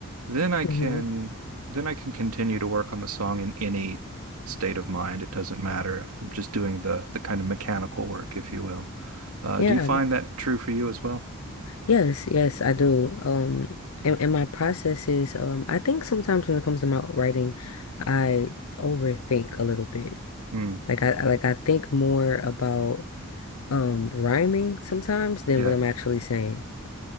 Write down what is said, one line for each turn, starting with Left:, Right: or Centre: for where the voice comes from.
Right: then I can
Left: Mm-hmm.
Right: then I can continue to work on the song in any state of mind. It doesn't matter. I'm just doing the the kind of mechanical work, if you will. Uh,
Left: Yeah,
Right: do you find that true for you as well?
Left: Yes, yes, I do. Um, and, and my process is, um, I think sometimes when it comes to my writing, I overthink a little bit.
Right: Mm,
Left: Like I like I think more about um rhyming sometimes than
Right: yeah.
Left: what I'm actually saying.